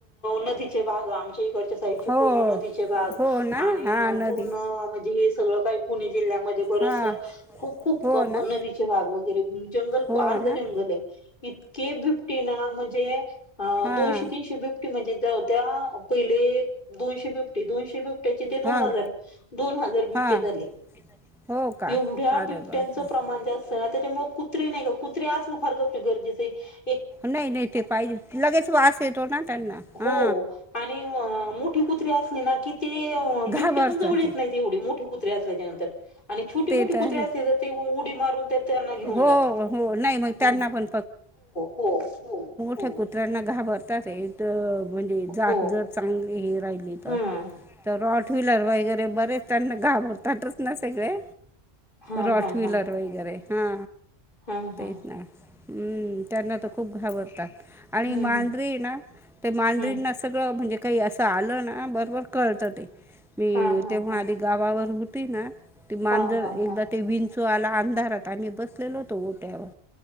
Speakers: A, on the left (about 50°); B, in the centre.
A: नदीचे भाग आमचे. साईड
B: हो
A: पूर्ण नदीचे भाग
B: हो ना
A: आणि
B: हा नदी
A: पूर्ण म्हणजे हे सगळं काही पु. जिल्ह्यामध्ये बरचंस
B: हा
A: खूप खूप
B: हो
A: क
B: ना
A: नदीचे भाग वगैरे जंगल
B: हो
A: अर्ध
B: ना
A: जंगल आहे. इतके बिबटे ना म्हणजे अ
B: हां
A: दोनशे तीनशे बिबटे म्हणजे जा. त्या पहिले दोनशे बिबटे दोनशे बीब त्याचे ते दोन
B: हां
A: हजार दोन हजार बिबटे
B: हां
A: झाले.
B: हो का
A: एवढ्या
B: अरे
A: बिबट्यांचं
B: बापरे
A: प्रमाण जे असतं ना. त्यामुळे कुत्रे नाही का कुत्रे असनं फार गरजेचं हाय.
B: नाही नाही ते पाहिजे लगेच वास येतो ना त्यांना
A: हो
B: हा.
A: आणि मोठी कुत्री असली ना की. ते
B: घाबरतात
A: बिबटे पण जवळ येत
B: ते
A: नाही तेवढे मोठे कुत्रे असल्याच्या नंतर आणि छोटे
B: ते
A: मोठे
B: तर
A: कुत्रे
B: आहे
A: असले तर ते उडी मारून तेन त्यांना घेऊन
B: हो
A: जातात
B: हो नाही मग त्यांना
A: हो
B: पण
A: हो हो. हो
B: त्या कुत्र्यांना घाबरतात म्हणजे जात
A: हो
B: जर चांगली हे राहिली तर.
A: हम्म
B: तर रॉट व्हीलर वगैरे बरेच त्यांना घाबरतातच ना सगळे.
A: हा
B: रॉट
A: हा
B: व्हीलर
A: हा
B: वगैरे हा
A: हा हा
B: तेच ना हम्म. त्यांना त खूप घाबरतात आणि
A: हम्म
B: मांदरी ना ते मांदरींना
A: हम्म
B: सगळं म्हणजे. काही असं आलं ना बरोबर कळत ते मी
A: हा हा
B: तेव्हा
A: हा
B: आधी गावावर होती ना. ते मांजर
A: हा हा
B: एकदा
A: हा
B: ते विंचू आला अंधारात आम्ही बसलेलो होतो ओट्यावर.